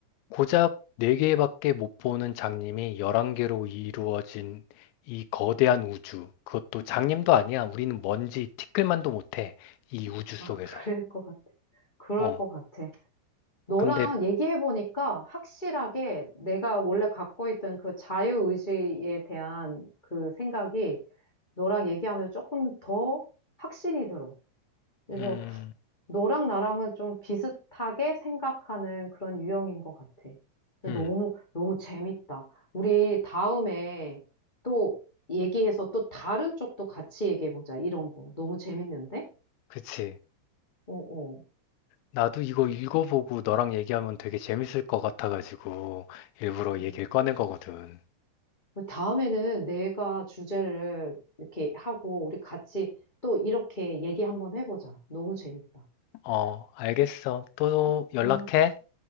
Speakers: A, on the left (about 80°); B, on the left (about 30°).
A: 고작 네 개밖에 못 보는 장님이 11개로 이루어진 이 거대한 우주. 그것도 장님도 아니야. 우리는 먼지 티끌만도 못해. 이 우주 속에서.
B: 아, 그럴 것 같아. 그럴
A: 어.
B: 것 같아. 너랑
A: 근데
B: 얘기해보니까 확실하게 내가 원래 갖고 있던 그 자유의지에 대한 그 생각이 너랑 얘기하면 조금 더 확신이 들어. 그래서
A: 음,
B: 너랑 나랑은 좀 비슷하게 생각하는 그런 유형인 것 같아.
A: 음.
B: 너무, 너무 재밌다. 우리 다음에 또 얘기해서 또 다른 쪽도 같이 얘기해보자. 이런 거. 너무 재밌는데?
A: 그치.
B: 어, 어.
A: 나도 이거 읽어보고 너랑 얘기하면 되게 재밌을 것 같아가지고 일부러
B: 어.
A: 얘기를 꺼낸 거거든.
B: 다음에는 내가 주제를 이렇게 하고 우리 같이 또 이렇게 얘기 한번 해보자. 너무 재밌다.
A: 어, 알겠어. 또 연락해.
B: 음,